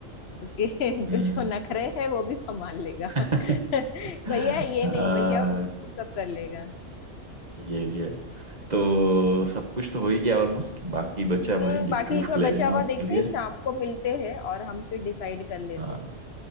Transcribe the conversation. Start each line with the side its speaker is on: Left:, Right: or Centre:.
Left: उसके <laughs> जो
Right: हम्म
Left: जो नखरे है वो भी संभाल लेगा
Right: <laughs>
Left: <laughs> भैया
Right: अ,
Left: ये नहीं भैया वो वो सब कर लेगा
Right: ये भी है तो सब कुछ तो हो ही गया ऑलमोस्ट बाकी बचा
Left: हम्म,
Right: भाई
Left: बाकी
Right: गिफ्ट विफ्ट
Left: का
Right: ले
Left: बचा
Right: लेना
Left: हुआ
Right: उसके
Left: देखते
Right: लिए
Left: हैं शाम को मिलते हैं और हम फिर डिसाइड कर लेते
Right: हाँ
Left: हैं